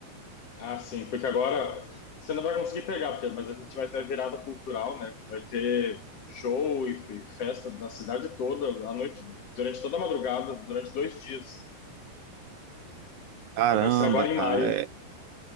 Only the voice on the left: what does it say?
Ah, sim, porque agora você não vai conseguir pegar, porque, mas a gente vai ter a virada cultural, né? Vai ter show e fe- festa na cidade toda, à noite, durante toda a madrugada, durante dois dias.
Ah, Vai ser agora
em maio.